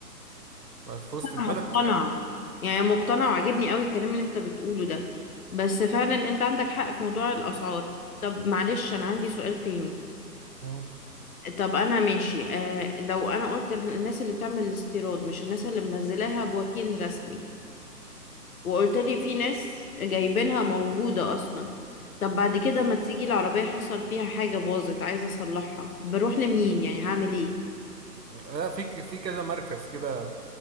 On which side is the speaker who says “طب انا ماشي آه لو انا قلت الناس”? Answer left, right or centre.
Left